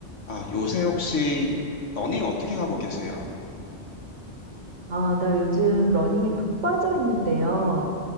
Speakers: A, on the left; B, on the right.
A: 아, 요새 혹시 러닝 어떻게 하고 계세요?
B: 아, 나 요즘 러닝에 푹 빠져 있는데요.